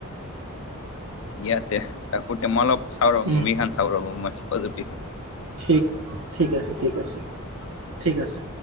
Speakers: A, on the left; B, on the right.
A: ইয়াতে থাকোতে মই অলপ চাও ৰ,
B: উম
A: মুভি খান চাও ৰ চুপা চুপি খন
B: ঠিক ঠিক আছে ঠিক আছে ঠিক আছে।